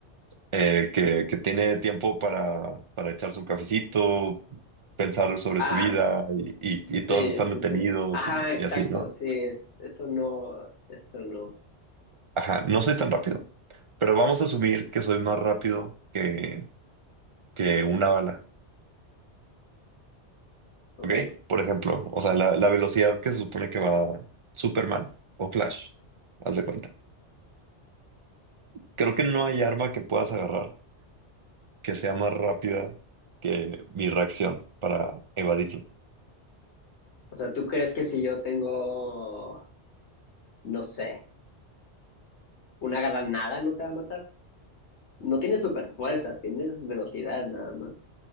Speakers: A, on the right; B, on the left.
A: eh, que, que tiene tiempo para, para echarse un cafecito, pensar sobre
B: Ah,
A: su vida y, y- y todos
B: sí,
A: están detenidos
B: sí, sí. Ajá,
A: y, y
B: exacto,
A: así, ¿no?
B: sí, es, eso no, esto no,
A: Ajá, no soy tan rápido, pero vamos a asumir que soy más rápido que, que una bala,
B: ok.
A: ¿ok? Por ejemplo, o sea, la, la velocidad que se supone que va Superman o Flash, haz de cuenta. Creo que no hay arma que puedas agarrar que sea más rápida que mi reacción para evadirlo.
B: O sea, ¿tú crees que si yo tengo, no sé, una granada no te va a matar? No tienes super fuerza, tienes velocidad nada más.